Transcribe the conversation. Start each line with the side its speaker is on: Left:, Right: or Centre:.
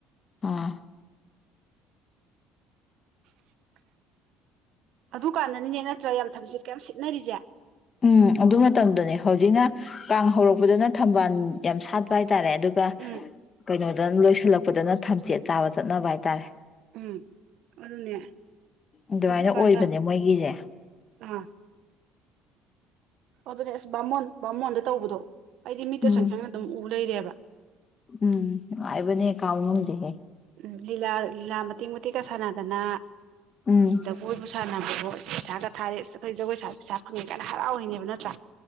Left: ꯑꯥ
Right: <inaudible> ꯑꯗꯨ ꯀꯥꯟꯗꯅꯤꯅꯦ ꯅꯠꯇ꯭ꯔꯥ ꯌꯥꯝ ꯊꯝꯆꯦꯠ ꯀꯌꯥꯝ ꯁꯤꯠꯅꯔꯤꯁꯦ
Left: ꯎꯝ ꯑꯗꯨ ꯃꯇꯝꯗꯅꯦ ꯍꯧꯖꯤꯛꯅ ꯀꯥꯡ ꯍꯧꯔꯛꯄꯗꯅ ꯊꯝꯕꯥꯜ ꯌꯥꯝ ꯁꯥꯠꯄ ꯍꯥꯏ ꯍꯥꯏ ꯇꯔꯦ ꯑꯗꯨꯒ
Right: ꯎꯝ
Left: ꯀꯩꯅꯣ ꯅ ꯂꯣꯏꯁꯤꯜꯂꯛꯄꯗꯅ ꯊꯝꯆꯦꯠ ꯆꯥꯕ ꯆꯠꯅꯕ ꯍꯥꯏꯇꯥꯔꯦ
Right: ꯎꯝ ꯑꯗꯨꯅꯦ
Left: ꯑꯗꯨꯃꯥꯏꯅ
Right: ꯑꯗꯨꯀꯥꯟꯗ
Left: ꯑꯣꯏꯕꯅꯦ ꯃꯣꯏꯒꯤꯁꯦ
Right: ꯑꯥ ꯑꯗꯨꯅꯦ ꯑꯦꯁ ꯕꯥꯃꯣꯟ ꯕꯥꯃꯣꯟꯗ ꯇꯧꯕꯗꯣ ꯑꯩꯗꯤ ꯃꯤꯠꯇ
Left: ꯎꯝ
Right: ꯁꯪ ꯁꯪꯅ ꯑꯗꯨꯝ ꯎ ꯂꯩꯔꯦꯕ
Left: ꯎꯝ ꯅꯨꯡꯉꯥꯏꯕꯅꯦ ꯀꯥꯎ ꯉꯝꯗꯦꯍꯦ
Right: ꯎꯝ ꯂꯤꯂꯥ ꯂꯤꯂꯥ ꯃꯇꯦꯛ ꯃꯇꯦꯛꯀ ꯁꯥꯟꯅꯗꯅ
Left: ꯎꯝ
Right: ꯖꯒꯣꯏꯕꯨ ꯁꯥꯅꯗꯅ ꯑꯣ ꯄꯩꯁꯥꯒ ꯊꯥꯔꯦ ꯑꯩꯈꯣꯏ ꯖꯒꯣꯏ ꯁꯥ ꯄꯩꯁꯥ ꯐꯪꯉꯦ ꯀꯥꯏꯅ ꯍꯔꯥꯎꯋꯤꯅꯦꯕ ꯅꯠꯇ꯭ꯔꯥ